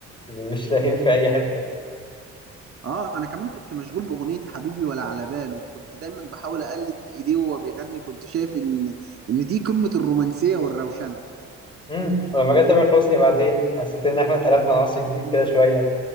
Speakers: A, on the left; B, on the right.
A: اللي مش <laughs> لاقيين في اي حته
B: اه انا كمان كنت مشغول بأغنية حبيبي ولا على باله وكنت دايما بحاول اقلد ايديه وهو بيغني كنت شايف ان ان دي قمة الرومانسية والروشنة
A: امم ولما جه تامر حسني بعدين حسيت ان احنا اتقلبنا عصر جديد كده شويه